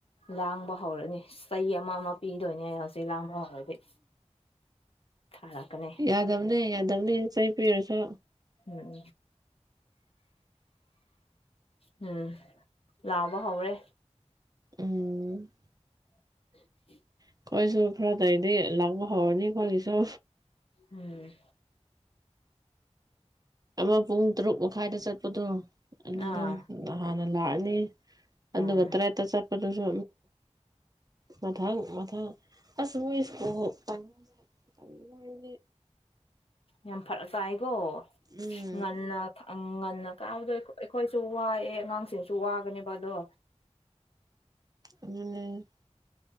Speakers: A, on the left; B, on the right.
A: ꯂꯥꯡꯕ ꯍꯧꯔꯅꯤ ꯆꯩ ꯑꯃ ꯑꯃ ꯄꯤꯗꯣꯏꯅꯦ ꯍꯧꯖꯤꯛ ꯂꯥꯡꯕ <unintelligible> ꯊꯥꯔꯛꯀꯅꯤ
B: ꯌꯥꯗꯝꯅꯦ ꯌꯥꯗꯝꯅꯦ ꯆꯩ ꯄꯤꯔꯁꯨ
A: ꯎꯝ ꯎꯝ ꯂꯥꯎꯕ ꯍꯧꯔꯦ
B: ꯎꯝ
A: <unintelligible>
B: ꯑꯩꯈꯣꯏꯁꯨ ꯈꯔꯥ ꯂꯩꯔꯗꯤ ꯂꯡꯕ ꯍꯧꯔꯅꯤ ꯈꯣꯏꯒꯤꯁꯨ
A: ꯎꯝ
B: ꯑꯃ ꯄꯨꯡ ꯇꯔꯨꯛ ꯃꯈꯥꯏꯗ ꯆꯠꯄꯗꯣ ꯑꯗꯨꯗꯣ
A: ꯑꯥ
B: ꯍꯥꯟꯅ ꯂꯥꯛꯑꯅꯤ ꯑꯗꯨꯒ
A: ꯎꯝ
B: ꯇꯔꯦꯠ ꯇ ꯆꯠꯄ ꯑꯗꯨꯁꯨ ꯃꯊꯪ ꯃꯊꯪ ꯑꯁ ꯃꯣꯏ ꯏꯀꯨꯜ ꯇꯥꯏꯃꯤꯡꯁꯦ ꯇꯜꯂꯤ ꯑꯩꯗꯤ
A: ꯌꯥꯝ ꯐꯔꯛ ꯆꯥꯏꯀꯣ
B: ꯎꯝ
A: ꯉꯟꯅ ꯉꯟꯅ ꯀꯥꯏꯕꯗꯣ ꯑꯩꯈꯣꯏꯁꯨ ꯋꯥꯑꯦ ꯑꯉꯥꯡꯁꯤꯡꯁꯨ ꯋꯥꯒꯅꯦꯕ ꯑꯗꯣ
B: ꯎꯝ